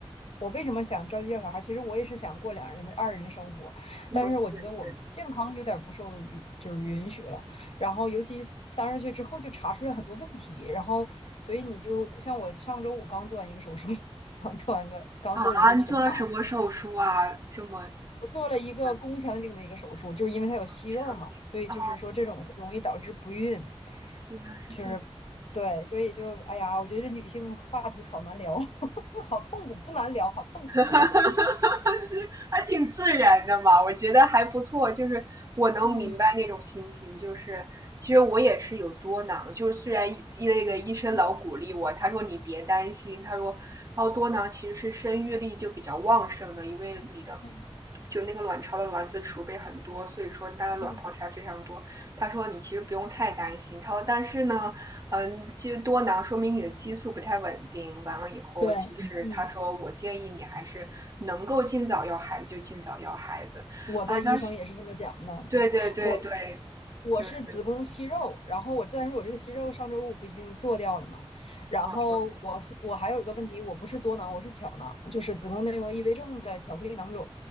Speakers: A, on the left; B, on the right.
A: 我为什么想着急要小孩儿？其实我也是想过两人的二人生活，
B: 嗯，
A: 但是我觉得我们健康有点儿不受允，
B: 对对，
A: 就是允许了。然后尤其三十岁之后就查出来很多问题，然后所以你就像我上周五刚做完一个手术，<laughs> 刚做完个刚做了一个全麻手
B: 啊，你做了什么手术啊？这么，
A: 我做了一个宫腔镜的一个手术，
B: 很
A: 就是因为它有息肉嘛，
B: 长久，
A: 所以就是说这种容易导致不孕，
B: 哦，原来是这样，
A: 就是对，所以就哎呀，我觉得这女性话题好难聊，<laughs> 好痛苦，不难聊，好痛苦。
B: <laughs> 哈哈哈哈还挺自然的嘛，我觉得还不错。就是我能明白那种心情，
A: 嗯
B: 就是其实我也是有多囊，就是虽然医那个医生老鼓励我，
A: 嗯
B: 他说你别担心，他说他说多囊其实是生育力就比较旺盛的，因为你的
A: 嗯
B: 就那个卵巢的卵子储备很多，所以说它的卵泡才非常多。
A: 嗯，
B: 他说你其实不用太担心，他说但是呢，嗯，其实多囊说明你的激素不太稳定。完了以后，
A: 对，
B: 其实他说我建议你还是能够尽早要孩子就尽早要孩子。
A: 嗯，我的医生也是这么讲的。
B: 啊，当时对对对对，
A: 我我是子宫息肉，
B: 就是
A: 然后我，但是我这个息肉上周五不已经做掉了嘛？然后我是我还有一个问题，
B: 嗯
A: 我不是多囊，我是巧囊，就是子宫内膜异位症的巧克力囊肿，